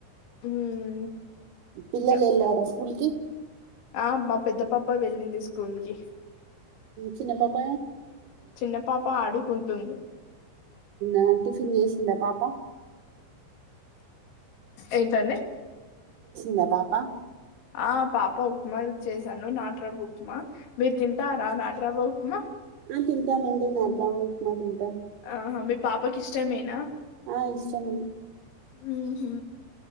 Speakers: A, on the left; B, on the right.
A: హ్మ్
B: పిల్లలూయేల్లారా
A: ఇగ
B: స్కూల్కి
A: ఆ మా పెద్ద పాప వెళ్ళింది స్కూల్ కి
B: చిన్నపాప
A: చిన్న పాప ఆడుకుంటు అ
B: అ టిఫిన్ చేసిందా పాప
A: ఏంటండీ
B: ద పాపా
A: ఆ పాప ఉప్మా చేశాను నటు రవ్వ ఉప్మా మీరు తింటా నటు రవ్వ ఉప్మా
B: తింటం అండి నటు రవ్వ ఉప్మా తింతా
A: ఆహా మీ పాపకి ఇష్టమేనా
B: ఆ ఇష్టమ
A: ఉ